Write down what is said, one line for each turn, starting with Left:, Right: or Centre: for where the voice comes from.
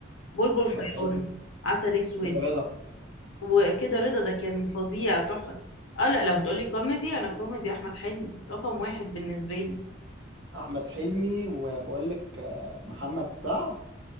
Left: بلبل
Right: احمد
Left: حيران
Right: حلمي
Left: عسل أسود
Right: كده رضا
Left: وكده رضا ده كان فظيع تحفة اه لا لو هتقولي كوميدي أنا كوميدي أحمد حلمي رقم واحد بالنسبة لي
Right: احمد حلمي وبقول لك آه، محمد سعد